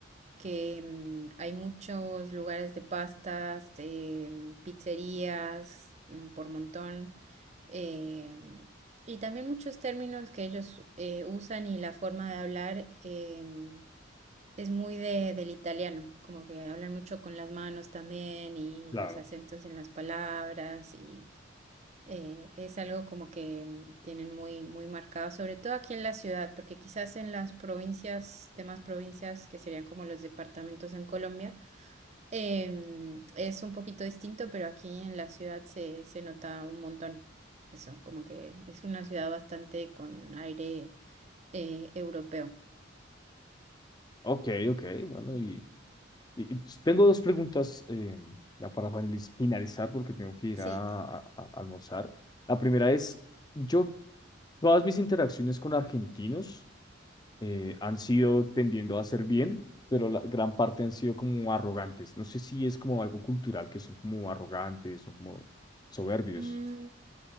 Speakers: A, on the right; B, on the left.
A: que mm, hay muchos lugares de pastas, em, pizzerías mm, por montón, em, y también muchos términos que ellos eh, usan y la forma de hablar. em, es muy de, del italiano, como que hablan mucho con las manos también y
B: Claro.
A: los acentos en las palabras y eh, es algo como que mm, tienen muy, muy marcado, sobre todo aquí en la ciudad, porque quizás en las provincias, demás provincias que serían como los departamentos en Colombia, em, es un poquito distinto, pero aquí en la ciudad se, se nota un montón. Eso, como que es una ciudad bastante con aire eh, europeo.
B: Ok, ok, bueno, y, y- y tengo dos preguntas eh, ya para finaliz- finalizar, porque tengo que ir
A: Sí.
B: a, a- a almorzar. La primera es, yo, todas mis interacciones con argentinos, eh, han sido tendiendo a hacer bien, pero la gran parte han sido como arrogantes. No sé si es como algo cultural, que son como arrogantes, son como soberbios.
A: Mm,